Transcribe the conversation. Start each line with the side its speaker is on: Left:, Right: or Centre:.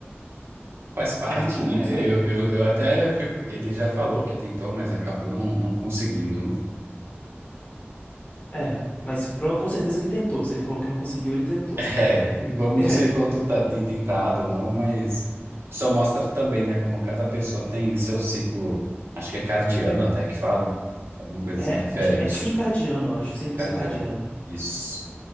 Right: faz parte,
Left: é muito
Right: né?
Left: ruim sair.
Right: Eu, eu, eu até fico. Ele já falou que tentou, mas acabou não, não conseguindo, né? <laughs>
Left: É, mas pro- com certeza ele tentou. Se ele falou que não conseguiu, ele tentou.
Right: É, vamos,
Left: <laughs> É,
Right: não sei o quanto tá- tem tentado ou não, mas só mostra também, né, como cada pessoa tem seu ciclo, acho que é cardiano até que falam, alguma coisa
Left: é,
Right: assim diferente.
Left: acho, que é circadiano, eu acho, ciclo
Right: Cara
Left: circadiano,
Right: de ano. Isso.